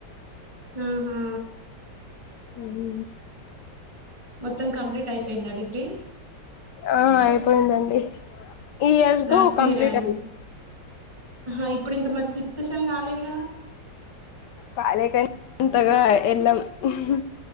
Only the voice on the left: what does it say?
ఉహు
ఆ అయిపోయిందండి బోలో ఈ ఇయర్
తో కంప్లీట్
అయి
కాలేకని అంతగా వెళ్ళాం ఉహు